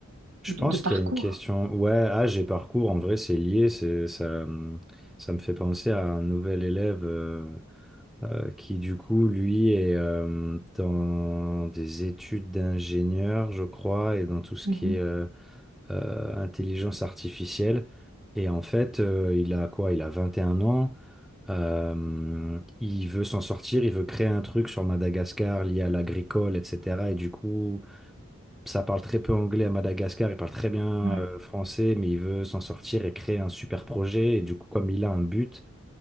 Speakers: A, in the centre; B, on the right (about 80°).
A: Je
B: ou
A: pense
B: de, de parcours.
A: qu'il y a une question. Ouais, âge et parcours, en vrai, c'est lié. C'est, ça, hum, ça me fait penser à un nouvel élève euh, euh, qui, du coup, lui, est euh, dans des études d'ingénieur, je crois, et dans tout ce
B: Mhm.
A: qui est euh, euh, intelligence artificielle. Et en fait, euh, il a quoi? Il a 21 ans. Euh, il veut s'en sortir, il veut créer un truc sur Madagascar lié à l'agricole, etc. Et du coup, ça parle très peu anglais à Madagascar, il parle très bien
B: Ouais.
A: euh, français, mais il veut s'en sortir et créer un super projet. Et du coup, comme il a un but,